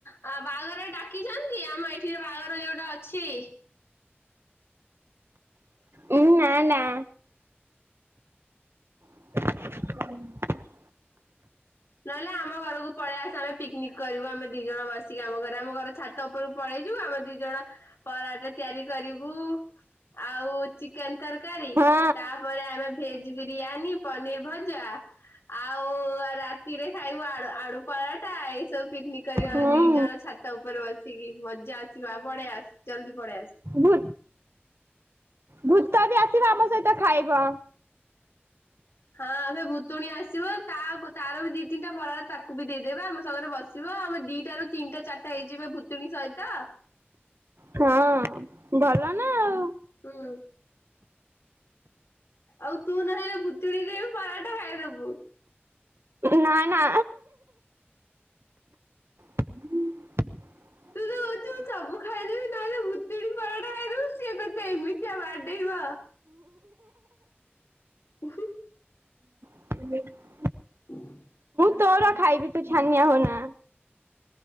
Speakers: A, on the left (about 80°); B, on the right (about 70°).
A: ବାହାଘର ଡାକିଛନ୍ତି ଆମ ଏଠିରେ ବାହାଘର ଯୋଉଟା ଅଛି?
B: ହୁଁ ନା ନା। <unintelligible>
A: ନହେଲେ ଆମ ଘରକୁ ପଳେଇ ଆସ ଆମେ ପିକନିକ କରିବୁ ଆମେ ଦି ଜଣ ବସିକି ଆମ ଘରେ ଆମ ଘର ଛାତ ଉପରକୁ ପଳେଇ ଯିବ ଆମେ ଦି ଜଣ ପରଟା ତିଆରି କରିବୁ ଆଉ ଚିକେନ ତରକାରୀ
B: ହଁ
A: ତାପରେ ଆମେ ଭେଜ ବିରିୟାନୀ, ପନିର ଭଜା ଆଉ ରା ଶାନ୍ତି ରେ ଖାଇବୁ ଆଡୁ ଆଡୁ ପରଟା ଏ ସବୁ ପିକ୍ନିକ୍ କରିବା
B: ହୁଁ।
A: ଆମେ ଦି ଜଣ ଛାତ ଛାତ ଉପରେ ବସିକି ମଜା ଆସିବ ପଳେଇ ଆସ ଜଲ୍ଦି ପଳେଇ ଆସ।
B: ଭୂ ଭୂତ ବି ଆସିବ ଆମ ସହିତ ଖାଇବ।
A: ହଁ ଏବେ ଭୁତୁଣୀ ଆସିବ ତା ତାର ବି ଦି ତିନିଟା ବରା ତାକୁ ବି ଦେଇଦେବେ, ଆମ ସାଙ୍ଗରେ ବସ ଯିବ ଆମେ ଦିଟ ରୁ ତିନିଟା ଚାରିଟା ହେଇଯିବେ ଭୁତୁଣୀ ସହିତ।
B: ହଁ ଭଲ ନା ଆଉ।
A: ହୁଁ। ଆଉ ତୁ ନହେଲେ ଭୁତୁଣୀ ଦେଇ ପରଟା ଖାଇଦବୁ।
B: ନା ନା <unintelligible>
A: ତ କହୁଛୁ ତୁ ସବୁ ଖାଇଦେବି ନହଲେ ଭୁତୁଣୀ ପରଟା ଖାଇଦବୁ ସିଏ ତୋତେ ଏ ମିତିଆ ବାଟେଇବ। ଉଁ ହୁଁ।
B: ହୁଁ। <unintelligible>
A: ହୁଁ <inaudible>
B: ତୋର ଖାଇବି ତୁ ଛାନିଆ ହନା।